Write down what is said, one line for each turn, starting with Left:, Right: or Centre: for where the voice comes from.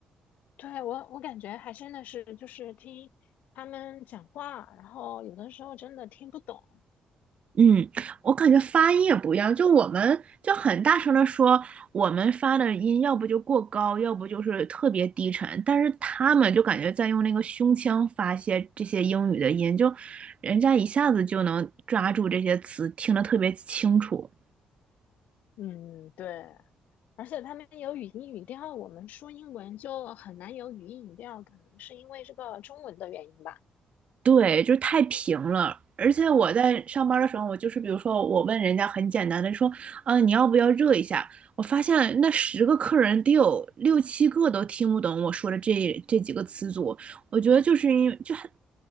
Left: 对，我，我感觉还真的是，就是听他们讲话，然后有的时候真的听不懂。
Right: 嗯，我感觉发音也不一样，就我们就很大声的说，我们发的音要不就过高，要不就是特别低沉，但是他们就感觉在用那个胸腔发泄这些英语的音，就人家一下子就能抓住这些词，听得特别清楚。
Left: 嗯，对。而且他们有语音语调，我们说英文就很难有语音语调，可能是因为这个中文的原因吧。
Right: 对，就是太平了。而且我在上班的时候，我就是比如说，我问人家很简单的说，啊，你要不要热一下？我发现那十个客人得有六七个都听不懂我说的这这几个词组。我觉得就是因为就很